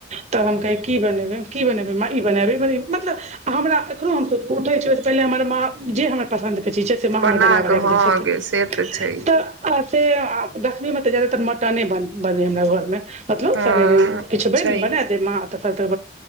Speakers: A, on the right; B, on the right.
A: तऽ हम कहै की बनेएबे की बनेबै माँ ई बनेएब ई बनेएब मतलब हमरा एखनो हम सुत कऽ उठै छी पहिले हमर माँ जे हमर पसन्द के चीज छै से माँ
B: बना
A: हमर बनााकऽ
B: कऽ
A: रैख
B: हँ
A: दै छथिन
B: गे से तऽ छैहे
A: तऽ आ से आ दश्मी मे तऽ जादातर मटने बनै हमरा घर मे मतलब
B: हँ
A: सबेरे मे किछ बैन
B: छैहे
A: बना दै माँ अत सभके